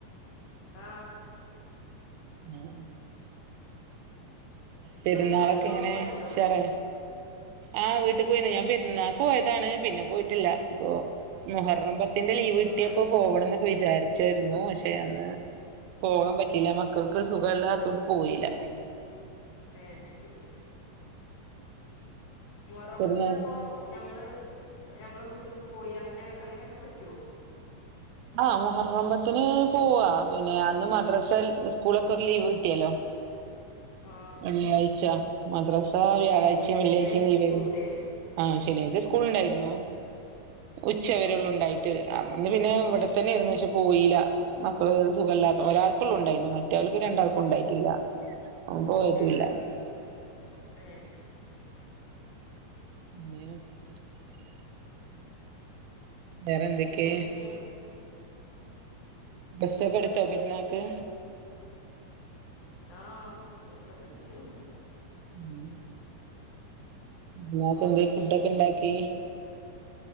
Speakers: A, on the left; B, on the right.
A: ആ
B: <unintelligible> പെരുന്നാളൊക്കെ
A: ഇങ്ങള് ഇങ്ങളെ വീട്ട്ക്കൊക്കെ
B: എങ്ങനേ
A: പോവല്ണ്ടോ
B: ഷാറാ ആ വീട്ടി പോയിന്നു ഞാൻ പെരുന്നാ പോയതാണ് പിന്നെ പോയിട്ടില്ലാ പോ മുഹറമ്പത്തിന്റെ
A: ഉം പിന്നെ
B: ലീവ്
A: സ്കൂളൊക്കെ
B: കിട്ടിയപ്പോ
A: ആയില്ലേ
B: പോകണംന്നക്കെ വിചാരിച്ചാരുന്നു പക്ഷേ അന്ന് പോകാൻ പറ്റിയില്ല മക്കൾക്ക് സുഖല്ലാത്തോണ്ട് പോയില്ല
A: അത് ശരി മുഹറം
B: പെരുന്നാ
A: പത്തിനപ്പോ ഞമ്മള് നമ്മള് വീട്ടിക്ക് പോയി അങ്ങനേ അങ്ങനെയക്കെ പറ്റുവോ
B: ആ മുഹറമ്പത്തിന് പോകാ പിന്നെ അന്ന് മദ്രസൽ സ്കൂളൊക്കെ ഒരു ലീവ് കിട്ടിയല്ലോ
A: ആഹ്
B: വെള്ളിയാഴ്ച മദ്രസാ വ്യാഴാഴ്ചയും
A: ഉം പിന്നെ
B: വെള്ളിയാഴ്ചയും
A: ശനിയാഴ്ച
B: ലീവ്
A: സ്കൂളൂല്ലേ
B: ആരുന്നു ആ ശനിയാഴ്ച സ്കൂൾ ഉണ്ടായിരുന്നൂ ഉച്ച വെരെള്ളു
A: ആഹ്
B: ഉണ്ടായിട്ട് അതോണ്ട് പിന്നേ വ് ടെത്തന്നെയാരുന്നു പക്ഷെ പോയിലാ <unintelligible> ഓള് സുഖല്ലാത്ത
A: ഏ
B: ഒരാൾക്കുള്ള് ഉണ്ടായിന്നു മറ്റേയൾക്ക് രണ്ടാൾക്കും ഉണ്ടായിട്ടില്ല അവൻ പോയതൂല്ല
A: ഏ അത് ശരി <unintelligible>
B: <unintelligible> വേറെ എന്തൊക്കേ
A: പിന്നെന്തൊക്കെയ
B: ഡ്രസ്സൊക്കെ
A: വേറെന്താ
B: എടുത്തോ പെരുന്നാക്ക്
A: ആ ഡ്രസ്സൊക്കെ എടുത്തീനു
B: ഉം <unintelligible>
A: നിങ്ങളൊക്കെ എടുത്തില്ലേ
B: ഫുഡൊക്കെ ഇണ്ടാക്കീ